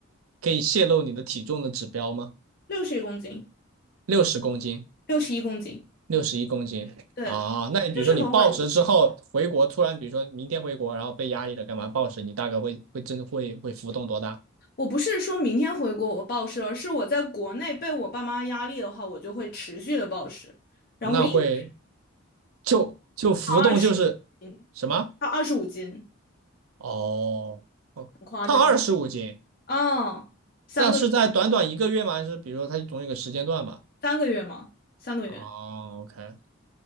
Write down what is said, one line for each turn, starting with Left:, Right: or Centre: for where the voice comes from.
Right: 可以泄露你的体重的指标吗？
Left: 六十一公斤，
Right: 六十公斤，
Left: 六十一公斤。
Right: 六十一公斤啊？
Left: 对，
Right: 那你比如说你暴食之后回国，
Left: 就是很稳定。
Right: 突然比如说明天回国，然后被压力了，干嘛暴食？你大概会会真会会浮动多大？
Left: 我不是说明天回国我暴食，而是我在国内被我爸妈压力的话，我就会持续的暴食，然后我一直
Right: 那会就就浮动就是
Left: 胖二十五斤，
Right: 什么？
Left: 胖二十五斤，
Right: 哦哦，
Left: 很夸张吗？
Right: 胖二十五斤，
Left: 嗯，三个月，
Right: 那是在短短一个月吗？还是比如说它总有一个时间段吧？
Left: 三个月吗？三个月，
Right: 哦，OK，